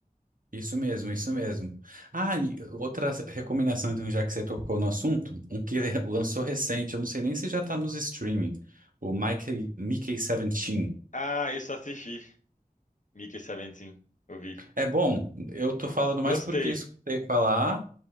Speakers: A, on the right; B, on the left.
A: Isso mesmo, isso mesmo. Ah, e outra recomendação, então, já que você tocou no assunto, um que <laughs> lançou recente, eu não sei nem se já tá nos streaming, o Mickey, Mickey 17.
B: Ah, isso eu assisti. Mickey 17, eu vi.
A: É bom, eu tô falando
B: Gostei,
A: mais porque escutei falar,